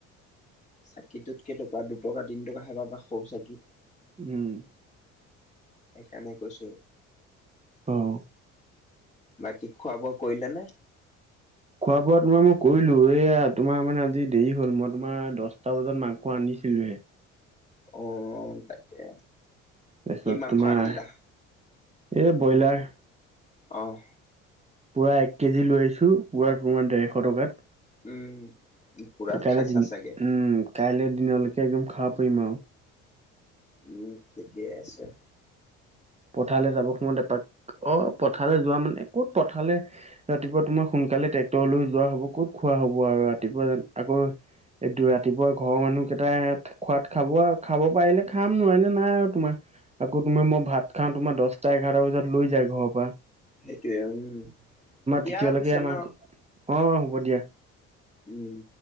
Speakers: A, on the left; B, on the right.
A: চাকিটোত কেই টকা দুটকা, তিনি টকা হেবাব বা সৰু চাকি।
B: উম,
A: সেইকাৰণে কৈছো।
B: অ',
A: বাকী খোৱা বোৱা কৰিলে নে?
B: খোৱা বোৱা তোমাৰ মই কৰিলো এয়া তোমাৰ মানে আজি দেৰি হল, মই তোমাৰ দহটা বজাত মাংস আনিছিলোহে।
A: অ, তাকে।
B: তাৰপিছত
A: কি মাংস
B: তোমাৰ
A: আনিলা?
B: এই ব্ৰইলাৰ
A: অ',
B: পুৰা এক কেজি লৈ আহিছো পুৰা তোমাৰ ডেৰশ টকাত।
A: উম, পুৰা
B: কাইলৈ
A: খাইছা
B: দিন
A: চাগে?
B: উম কাইলৈ দিনলৈকে একদম খাব পৰিম আৰু।
A: উম, ঠিকেই আছে।
B: পথাৰলৈ যাব সময়ত এপাক অ, পথাৰলৈ যোৱা মানে ক'ত পথাৰলে ৰাতিপুৱা তোমাৰ সোনকালে ট্ৰেক্টৰ লৈ যোৱা হ'ব, ক'ত খোৱা হ'ব আৰু ৰাতিপুৱা আকৌ এইটো ৰাতিপুৱা ঘৰৰ মানুহকেইটা ইয়াত খোৱাত খাব-খাব পাৰিলে খাম নোৱাৰিলে নাই আৰু তোমাৰ আকৌ তোমাৰ মই ভাত কাৰণ তোমাৰ দহটা এঘাৰটা বজাত লৈ যায় ঘৰ পা।
A: সেইটোয়ে উম, দিয়া
B: তেতিয়ালৈকে
A: পিছে
B: আমাক
A: ন।
B: অ, হ'ব দিয়া।
A: উম,